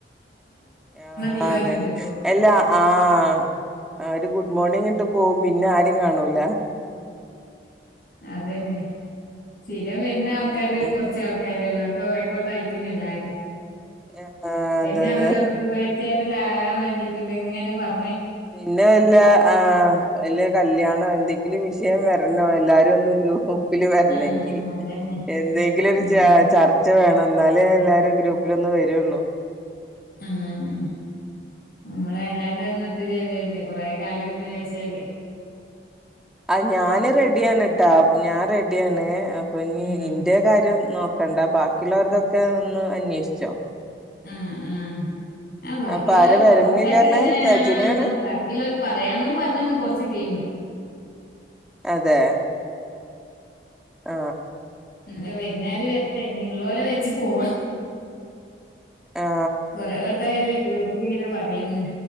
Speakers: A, in the centre; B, on the left.
A: ആഹ്
B: ടീമാരുണ്ട്
A: അതന്നെ
B: ഇപ്പൊ
A: എല്ലാ ആഹ് ആ ഒരു കു മോർണിങ്ങിട്ട് പോവും പിന്നെ ആരും കാണൂല
B: അതന്നെ സ്ഥിരം വരുന്ന ആൾക്കാര്
A: ഉം
B: കുറച്ച ആൾക്കാരള്ള ഓ ഐ കോട്ടെ ഐ ക്കുന്നു എല്ലാരും
A: ആഹ്
B: തന്നെ
A: അതെ അതെ
B: ഡോക്ടർ അത് പോയാൽ <unintelligible> <unintelligible> വേണ്ടീട്ട് ഇതങ്ങെ പറു
A: പിന്നെ വല ആ വല്യ കല്യാണോ എന്തെങ്ക ലും വിഷയം വരണോ എല്ലാരും ഒന്നും ഗ്രൂഹം പ്പിൽ വരാണെങ്കിൽ
B: ആഹ് അതന്നെ.
A: എന്തെങ്കിലും ഒരു
B: ആഹ്
A: ചർച്ച വേണ എന്നാലേ എല്ലാരും ഗ്രൂപ്പിലൊന്ന വരുള്ളൂ
B: മ് നമ്മള അല്ലാണ്ട് ഒന്ന എത്തിചരുതല്ലേ കൊറെ കാലത്തിന് വേഷല്ലേ
A: ആ ഞാന് റെഡിയാണ് ട്ടെ ഞാൻ റെഡിയാണ് അപ്പൊ ഇന്നി
B: ആഹ്
A: ഇന്റെ കാര്യം നോ കണ്ടാ ബാക്കിയുള്ളവർതൊക്കെ ഒന്ന് അന്വേഷിച്ചോ
B: ആ ആ അ ബാക്കിയുള്ളര്
A: അപ്പൊ ആര
B: കൊറെ
A: വരണില്ലറഞ്ഞെ
B: ആൾക്കാര് അങ്ങനെ
A: സജിനയാണ്
B: ആ ആ പറന്ന് ബാക്കിയുള്ളവര് പറയാന്നും പറഞ്ഞന്ന് കൊറച്ച് ടീമ
A: അതെ അ
B: മ് വരുന്നാല് വരട്ടെ ഇനി ഇള്ളൽ വെച്ചു പോവാ
A: ആ
B: കൊറെ വട്ടായില്ലേ ഗ്രൂപ്പിൽങ്ങനെ പറയന്ന്